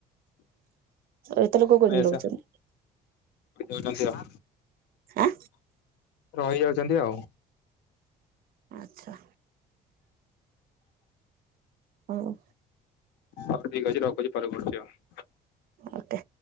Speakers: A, on the right (about 60°); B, on the left (about 80°).
A: ଏତେ ଲୋକ କୋଉଦିନ
B: ଅଛି।
A: ରହୁଛନ୍ତି
B: ରହିଯାଉଛନ୍ତି ଆ
A: ଆଁ
B: ରହିଯାଉଛନ୍ତି ଆଉ
A: ଆଚ୍ଛା। ହଁ।
B: ହଉ ଠିକ୍ ଅଛି <inaudible> ପରେ କରୁଛି ଆଉ
A: ଆତେ।